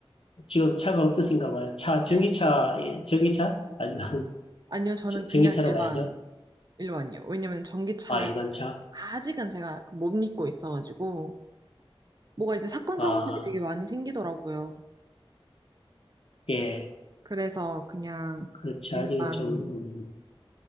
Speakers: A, on the left; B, on the right.
A: 지금 차가 없으신가 봐요. 차, 전기차,
B: 네.
A: 예, 전기차? 아니면 <laughs>
B: 아니요, 저는
A: 저- 전기차로
B: 그냥 일반,
A: 가야죠.
B: 일반이요. 왜냐면 전기차를
A: 아, 일반차?
B: 아직은 제가 그 못 믿고 있어가지고, 뭐가 이제 사건,
A: 아,
B: 사고들이 되게 많이 생기더라고요.
A: 예,
B: 그래서 그냥
A: 그렇죠.
B: 일반,
A: 아직은 좀, 음,